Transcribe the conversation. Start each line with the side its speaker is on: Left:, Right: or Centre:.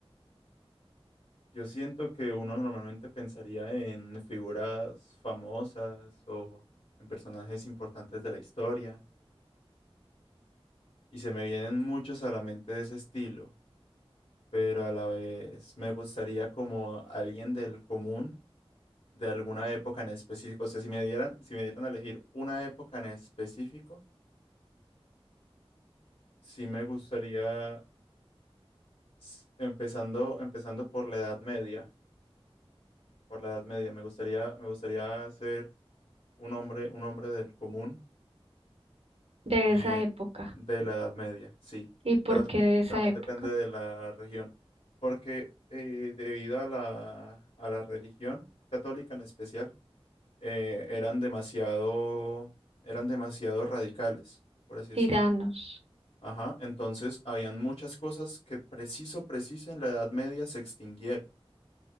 Left: Yo siento que uno normalmente pensaría en figuras famosas o en personajes importantes de la historia, y se me vienen muchos a la mente de ese estilo, pero a la vez me gustaría como alguien del común de alguna época en específico. O sea, si me dieran, si me dieran a elegir una época en específico, Sí me gustaría, s- empezando, empezando por la Edad Media, por la Edad Media, me gustaría, me gustaría ser un hombre, un hombre del común
Right: de
Left: eh,
Right: esa época?
Left: de la Edad Media, sí,
Right: ¿Y por
Left: pero
Right: qué de esa
Left: también
Right: época?
Left: depende de la región, porque eh, debido a la, a la religión católica en especial, eh, eran demasiado, eran demasiado radicales, por así decirlo.
Right: Tiranos.
Left: Ajá, entonces habían muchas cosas que preciso, preciso en la Edad Media se extinguieron.